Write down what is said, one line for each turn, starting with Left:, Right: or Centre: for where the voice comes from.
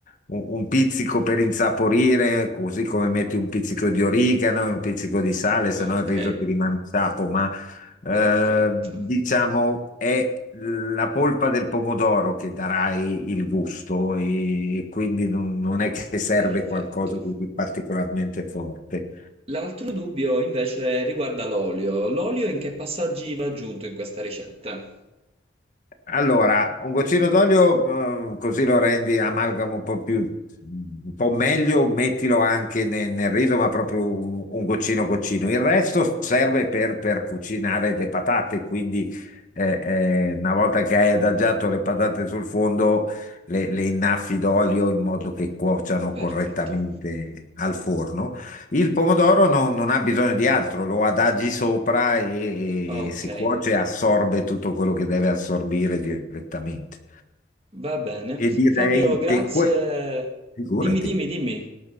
Left: un- un pizzico per insaporire, così come metti un pizzico di origano e un pizzico di sale, se
Right: Ok,
Left: no il riso ti rimane sapo, ma eh,
Right: perfetto,
Left: diciamo è la polpa del pomodoro che darai il gusto e, e quindi non, non è che serve
Right: perfetto.
Left: qualcosa di particolarmente forte.
Right: L'altro dubbio invece riguarda l'olio. L'olio in che passaggi va aggiunto in questa ricetta?
Left: Allora, un goccino d'olio, eh, così lo rendi amalgamo un po' più, un po' meglio, mettilo anche ne- nel, riso, ma proprio un, un goccino goccino. Il resto serve per, per cucinare le patate, quindi eh, eh, una volta che hai adagiato le patate sul fondo, le, le innaffi d'olio in modo che cuociano
Right: Perfetto.
Left: correttamente al forno. Il pomodoro no- non ha bisogno di altro, lo adagi sopra e,
Right: Ok.
Left: e si cuoce e assorbe tutto quello che deve assorbire direttamente.
Right: Va bene.
Left: E
Right: Fabio,
Left: direi
Right: grazie.
Left: che que- figurati.
Right: Dimmi, dimmi, dimmi.